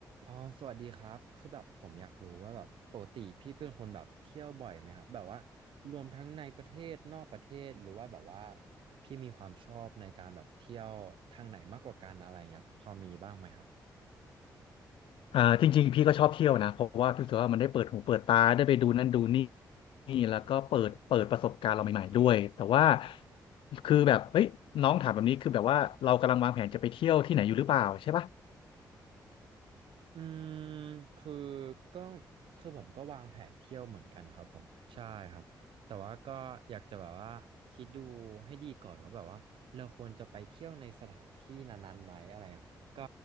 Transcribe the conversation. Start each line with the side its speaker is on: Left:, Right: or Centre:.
Right: อ๋อสวัสดีครับคือแบบผมอยากรู้ว่าแบบปกติพี่เป็นคนแบบเที่ยวบ่อยไหมครับแบบว่ารวมทั้งในประเทศนอกประเทศหรือว่าแบบว่าพี่มีความชอบในการแบบเที่ยวทางไหนมากกว่ากันอะไรเงี้ยพอมีบ้างไหมครับ
Left: อ่าจริงๆพี่ก็ชอบเที่ยวนะเพราะว่าพี่รู้สึกว่ามันได้เปิดหูเปิดตาได้ไปดูนั่นดูนี่นี่แล้วก็เปิดเปิดประสบการณ์เราใหม่ๆด้วยแต่ว่าคือแบบเฮ้ยน้องถามแบบนี้คือแบบว่าเรากำลังวางแผนจะไปเที่ยวที่ไหนอยู่หรือเปล่าใช่ปะ
Right: อืมคือก็คือผมก็วางแผนเที่ยวเหมือนกันครับผมใช่ครับแต่ว่าก็อยากจะแบบว่าคิดดูให้ดีก่อนว่าแบบว่าเราควรจะไปเที่ยวในสถานที่นั้นๆไหมอะไรเงี้ยก็